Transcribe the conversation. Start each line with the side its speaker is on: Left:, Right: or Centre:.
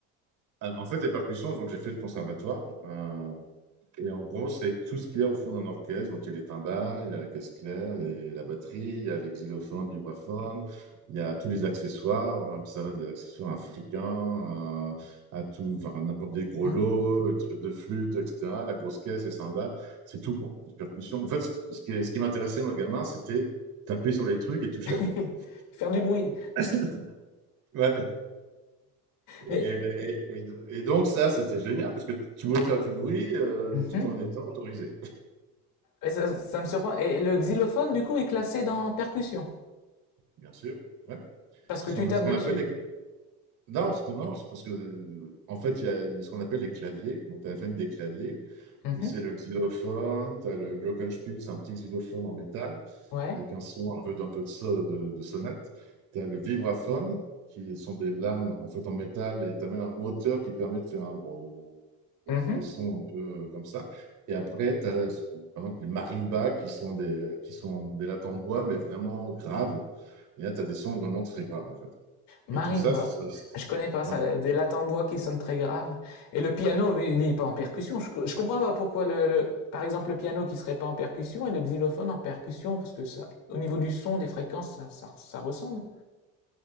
Right: Ah, En fait, les percussions, donc j'ai fait le conservatoire. euh, et en gros, c'est tout ce qu'il y a au fond d'un orchestre. Donc, il y a les timbales, il y a la caisse claire, il y a la batterie, il y a les xylophones, vibraphones, il y a tous les accessoires. euh, Ça va des accessoires africains euh, à tout, enfin, n'importe des gros
Left: Hmm.
Right: lots, une truc de flûte, etc. La grosse caisse, les cymbales, c'est tout, quoi. Les percussions. En fait, ce qui, ce qui ce qui m'intéressait, moi, gamin, c'était taper sur les trucs et toucher
Left: <laughs>
Right: à tout. <coughs>
Left: Faire du bruit.
Right: <laughs> Ouais. Et,
Left: Mais,
Right: et- et- et donc ça, c'était génial, parce que tu pouvais faire du bruit euh,
Left: Mhm.
Right: tout en étant autorisé,
Left: Mais ça, ça me surprend. Et le xylophone, du coup, est classé dans percussion,
Right: <laughs> bien sûr. Ouais.
Left: parce
Right: Ce
Left: que tu
Right: sont
Left: tapes
Right: ce qu'on
Left: dessus.
Right: appelle des... Non, ce qu'on- non, c'est parce que, euh, en fait, il y a ce qu'on appelle les claviers. Donc, tu as la famille des claviers,
Left: Mhm.
Right: où c'est le xylophone, tu as le glockenspiel, c'est un petit xylophone en métal.
Left: Ouais.
Right: avec un son un peu, d'un peu de, so- de, de sonnette. Tu as le vibraphone, qui sont des lames en fait en métal, et tu as même un moteur qui permet de faire un wow, wow, wow,
Left: Mhm.
Right: des sons un peu euh, comme ça. Et après, tu as par exemple les marimbas qui sont des, qui sont des lattes en bois, mais vraiment graves. Et là, tu as des sons vraiment très graves en fait.
Left: Marimba.
Right: Et tout ça, c'est- c'est-
Left: Je connais pas ça,
Right: ouais.
Left: des lattes en bois qui sonnent très graves. Et le piano, lui, il n'est pas en percussion. Je, je comprends pas pourquoi, le, le- par exemple, le piano qui serait pas en percussion et le xylophone en percussion, parce que ça, au niveau du son, des fréquences, ça, ça, ça ressemble.